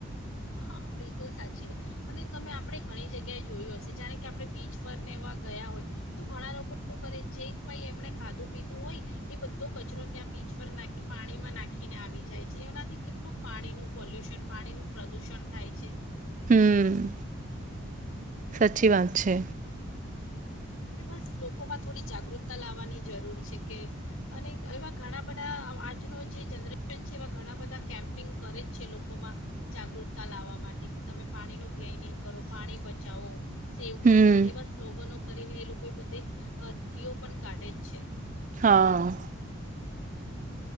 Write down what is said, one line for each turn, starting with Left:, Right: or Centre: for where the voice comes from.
Left: હા બિલકુલ સાચી વાત. અને તમે આપણે ઘણી જગ્યાએ જોયું હશે જાણે કે આપણે બીચ પરને એવા ગયા હોય, તો ઘણા લોકો શું કરે જે કઈ એમણે ખાધું પીધું હોય, એ બધો કચરો ત્યાં બીચ પર નાખી પાણીમાં નાખીને આવી જાય છે. એનાથી કેટલું પાણીનું પોલ્યુશન, પાણીનું પ્રદૂષણ થાય છે.
Right: હમ્મ. સાચી વાત છે.
Left: એ બસ લોકોમાં થોડી જાગૃતતા લાવવાની જરૂર છે કે અને એવા ઘણા બધા આજનું જે જનરેશન છે એવા ઘણા બધા કેમ્પિંગ કરે જ છે લોકોમાં જાગૃતતા લાવવા માટે કે તમે પાણીનો વ્યય નહીં કરો પાણી બચાવો સેવ વોટર
Right: હમ
Left: એવા સ્લોગનો કરીને એ લોકો બધે અહ રીઓ પણ કાઢે જ છે.
Right: હા.